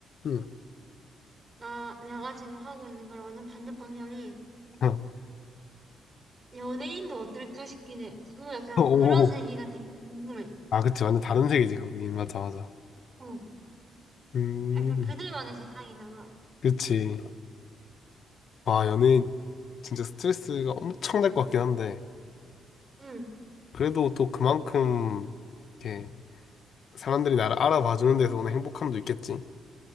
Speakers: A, on the left; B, on the right.
A: 음.
B: 나, 내가 지금 하고 있는 거랑 완전 반대 방향인
A: <laughs>
B: 연예인도 어떨까 싶긴 해. 그 약간
A: 오,
B: 그런 세계가 되게 궁금해.
A: 아, 그치. 완전 다른 세계지, 거긴. 맞아, 맞아.
B: 어,
A: 음,
B: 약간 그들만의 세상이잖아.
A: 그치. 와, 연예인, 진짜 스트레스가 엄청 날 것 같긴 한데,
B: 응,
A: 그래도 또 그만큼, 이렇게, 사람들이 나를 알아봐주는 데서 오는 행복함도 있겠지.